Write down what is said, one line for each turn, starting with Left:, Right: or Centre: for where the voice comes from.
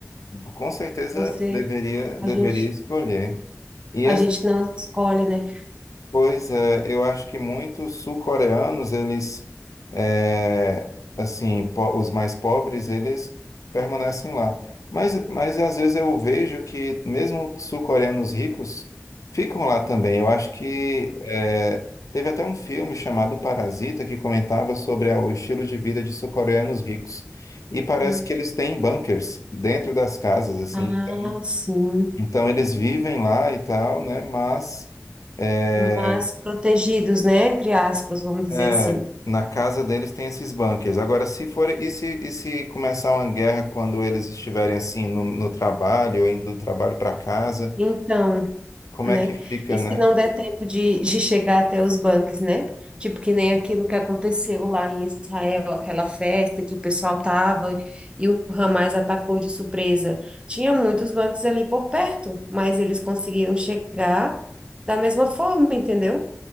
Left: com certeza
Right: Você,
Left: deveria,
Right: a
Left: deveria
Right: gente,
Left: escolher. E
Right: a gente não escolhe, né?
Left: Pois é, eu acho que muitos sul-coreanos, eles, é, assim, po- os mais pobres, eles permanecem lá. Mas, mas às vezes eu vejo que mesmo sul-coreanos ricos ficam lá também. Eu acho que é, teve até um filme chamado Parasita que comentava sobre a- o estilo de vida de sul-coreanos ricos. E parece
Right: Uhum.
Left: que eles têm bunkers dentro das casas, assim.
Right: Ah,
Left: Então,
Right: sim.
Left: então eles vivem lá e tal, né? Mas eh,
Right: mas protegidos, né? Entre aspas, vamos dizer
Left: é,
Right: assim.
Left: na casa deles tem esses bunkers. Agora, se for, e se, e se começar uma guerra quando eles estiverem assim no, no trabalho, ou indo do trabalho para casa,
Right: Então,
Left: como
Right: né?
Left: é que fica,
Right: E se
Left: né?
Right: não der tempo de, de chegar até os bancos, né? Tipo, que nem aquilo que aconteceu lá em Israel, aquela festa que o pessoal tava e o Hamas atacou de surpresa. Tinha muitos bancos ali por perto, mas eles conseguiram chegar da mesma forma, entendeu?